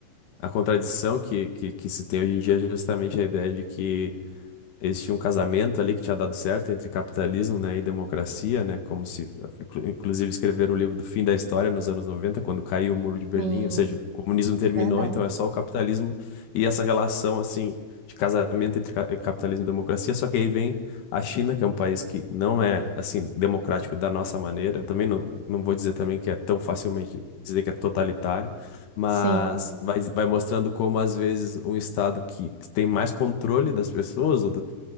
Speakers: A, on the left (about 65°); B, on the right (about 85°).
A: A contradição que, que, que se tem hoje em dia é justamente a ideia de que eles tinham um casamento ali que tinha dado certo entre capitalismo, né, e democracia, né, como se, inclu- inclusive, escreveram o livro do fim da história nos anos 90, quando caiu o Muro de Berlim,
B: Sim,
A: ou seja, o comunismo terminou,
B: verdade.
A: então é só o capitalismo e essa relação, assim, de casamento entre ca- eh, capitalismo e democracia, só que aí vem a China, que é um país que não é, assim, democrático da nossa maneira, eu também não, não vou dizer também que é tão facilmente dizer que é totalitário, mas
B: Sim,
A: vai, vai mostrando como às vezes um estado que tem mais controle das pessoas, ou do-